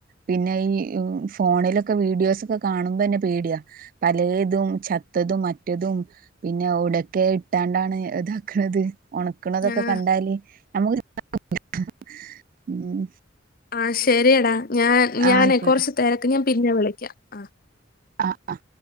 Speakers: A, on the right; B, on the left.
A: പിന്നെ അ ഇ ഫോണിലെക്കെ വീഡിയോസെക്കെ കാണുമ്പം തന്നെ പേടിയാ. പലേതും ചത്ത ത്തും മ റ്റതും പിന്നെയുടെ ക്കെ ഇട്ടേണ്ടാണ് ഇതാക്കണത്. ഉണക്കണതെക്കെ
B: ആഹ്
A: കണ്ടാലേ. നമ്മെക്ക് <unintelligible> ഉം
B: ആ ശെരിയടാ ഞാൻ ഞാനെ
A: ആഹ് ആയിക്കോട്ടെ
B: കൊറച്ചു തെരക്ക് ഞാൻ പിന്നെ വിളിക്കാ ആ
A: ആ ആ